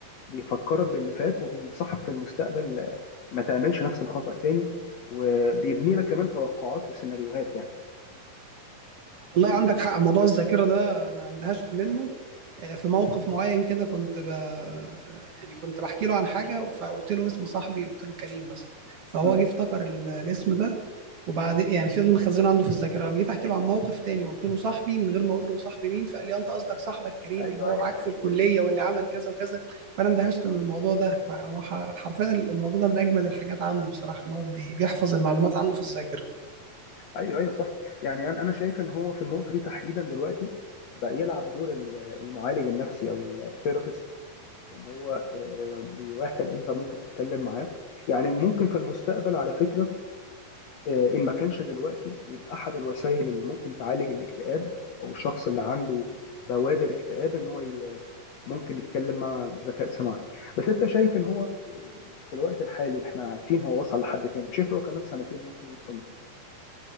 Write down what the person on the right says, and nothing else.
والله عندك حق موضوع الذاكره ده انا اندهشت منه آه، في موقف معين كده كنت ب... يعني كنت بحكي له عن حاجه فقلت له اسم صاحبي قلت له كريم مثلا فهو
جه افتكر ال- الاسم ده وبعد يعني فضل مخزنه عنده في الذاكره لما جيت احكي له عن موقف تاني وقلت له صاحبي من غير ما اقول له صاحبي مين فقال لي انت قصدك صاحبك كريم
اللي هو معاك في الكليه واللي عمل كذا وكذا فانا اندهشت من الموضوع ده فهو ح- حرفيا الموضوع ده من اجمد الحاجات عنده بصراحه ان هو بي- بيحفظ المعلومات عنده في الذاكره